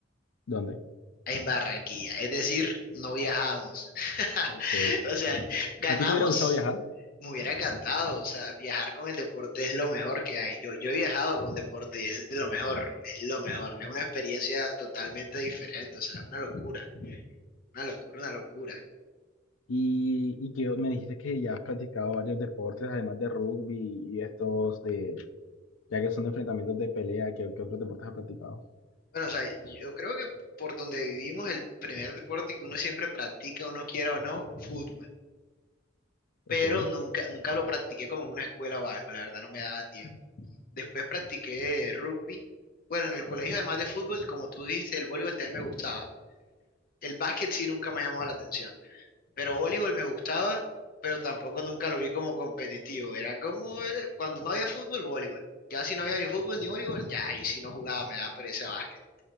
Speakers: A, on the left (about 80°); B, on the left (about 45°).
A: ¿dónde?
B: en Barranquilla. Es decir, no viajamos. <laughs>
A: Ok.
B: O sea, ganamos,
A: ¿A ti te hubiera gustado viajar?
B: me hubiera encantado. O sea, viajar con el deporte es lo mejor que hay. Yo, yo he viajado con deporte y es de lo mejor, es lo mejor. Es una experiencia totalmente diferente. O sea, una locura, una locura, una locura.
A: Y, y que me dijiste que ya has practicado varios deportes, además de rugby y estos de, ya que son de enfrentamientos de pelea, ¿qué, qué otros deportes has practicado?
B: Bueno, o sea, yo creo que por donde vivimos, el primer deporte que uno siempre practica, uno quiera o no, fútbol. Pero
A: Ok,
B: nunca, nunca lo practiqué como en una escuela o algo, la verdad no me daba tiempo. Después practiqué rugby. Bueno, en el colegio, además de fútbol, como tú dijiste, el voleibol también me gustaba. El básquet sí nunca me ha llamado la atención. Pero voleibol me gustaba, pero tampoco nunca lo vi como competitivo. Era como eh, cuando no había fútbol, voleibol. Ya si no había ni fútbol ni voleibol, ya ahí si no jugaba me daba pereza básquet.